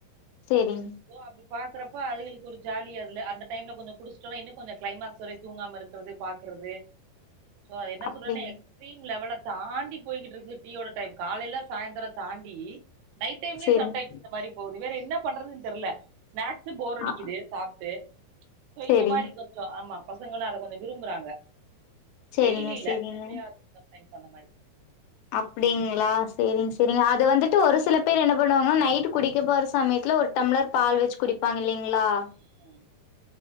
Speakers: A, on the left; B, on the right.
A: சேரிங்
B: சோ அப்டி பாக்குறப்ப அவியளுக்கு ஒரு ஜாலி அதுல ‌அந்த டைம்ல கொஞ்சோ குடிஸ்டோன்னா இன்னு கொஞ்சோ கிளைமக்ஸ் வரைக்கு தூங்காம இருக் குறது பாக்குறது
A: <inaudible>
B: சோ அது என்ன
A: அப்டிங்
B: சொல்றனே எக்ஸ்ட்ரீம் லெவல தாண்டி போய்க்கிட்டுருக்கு டீயோட டைம் காலைல சயந்தரோ தாண்டி நைட் டைம்லயு
A: சேரிங்
B: சம் டைம்ஸ் இந்த மாரி போவுது வேற என்ன பண்றதுன்னு தெர்ல ஸ்நாக்சு போர் அடிக்குது
A: ஆ
B: சாப்ட்டு சோ
A: சேரிங்
B: இந்த மாரி கொ ஞ்சோ ஆமா பசங்கலு அத கொஞ்சோ விரும்புறாங்க
A: சேரிங்க
B: டெய்லில இல்ல
A: சேரிங்க
B: எப்பயாது சம் டைம்ஸ் அந்த மாரி
A: அப்டிங்களா சேரிங்க சேரிங்க அது வந்துட் டு ஒரு சில பேர் என்ன பண்ணுவாங்ன்னா நைட்டு குடிக்க போற சமயத்துல ஒரு டம்பளர் பால் வச்சு குடிப்பாங்க இல்லைங்களா
B: ம் ம்